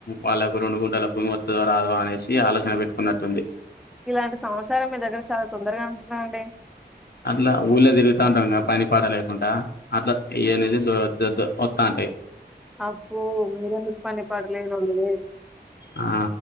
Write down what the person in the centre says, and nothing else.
ఇలాంటి సమాచారం మీ దగ్గర చాలా తొందరగా <unintelligible> నామండి
అబ్బో మిరెందుక్ పని పాటలేనోళ్లు లే